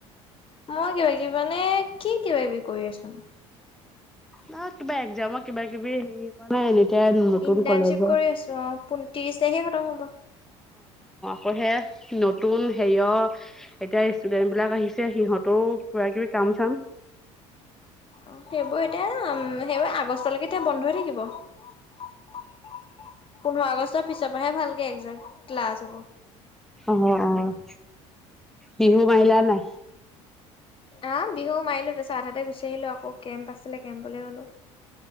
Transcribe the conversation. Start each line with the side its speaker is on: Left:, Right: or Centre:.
Left: মই কিবা কিবি মানে, কি কিবা কিবি কৰি আছো নু।
Centre: না কিবা একজামৰ কিবা কিবি হেৰি কৰা নাই এতিয়া নতুন
Left: ইণ্টাৰ্ণশ্বিপ
Centre: কলেজৰ
Left: কৰি আছো অঁ, পোন ত্ৰিশ তাৰিখে খতম হ'ব।
Centre: পঢ়ে, নতুন হেৰিয় এতিয়া ষ্টুডেন্ট বিলাক আহিছে, সিহঁতেও কিবা কিবি কাম চাম
Left: অঁ, সেইবোৰ এতিয়া উম সেইবোৰ আগষ্টলৈকে এতিয়া বন্ধ হৈ থাকিব। পোন্ধৰ আগষ্টৰ পিছত এবাৰহে ভালকে একজাম ক্লাছ হ'ব।
Centre: অ', অ', বিহু মাইলা নাই।
Left: আহ, বিহু মাৰিলো, তাৰ পিছত আধাতে গুচি আহিলো আকৌ কেম্প আছিলে কেম্পলৈ গ'লো।